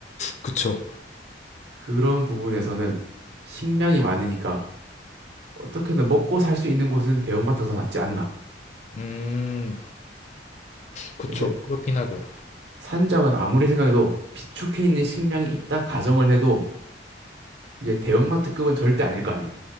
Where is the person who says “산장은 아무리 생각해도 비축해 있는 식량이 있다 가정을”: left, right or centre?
Right